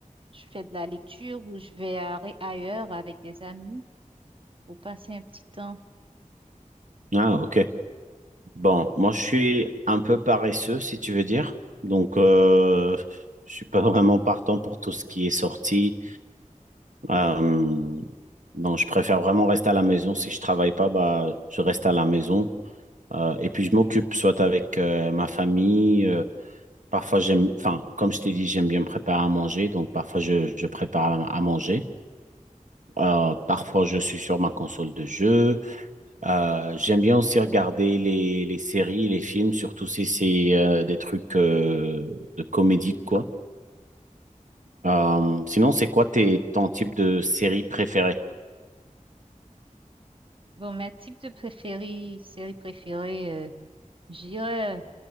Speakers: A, on the right (about 40°); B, on the right (about 65°).
A: je fais de la lecture ou je vais à- ailleurs avec des amis pour passer un petit temps.
B: Ah, ok. Bon, moi, je suis un peu paresseux, si tu veux dire. Donc, euh, je suis pas <laughs> vraiment partant pour tout ce qui est sorti. Euh, non, je préfère vraiment rester à la maison. Si je travaille pas, bah, je reste à la maison. Euh, et puis je m'occupe soit avec euh, ma famille. euh, parfois j'aime, enfin, comme je t'ai dit, j'aime bien me préparer à manger. Donc parfois je, je prépare à à manger. Euh, parfois je suis sur ma console de jeu. Euh, j'aime bien aussi regarder les, les séries, les films, surtout si c'est euh, des trucs euh, de comédie, quoi. Euh, sinon, c'est quoi tes, ton type de série préférée?
A: Bon, mes types de préférés, séries préférées. euh, J'irais,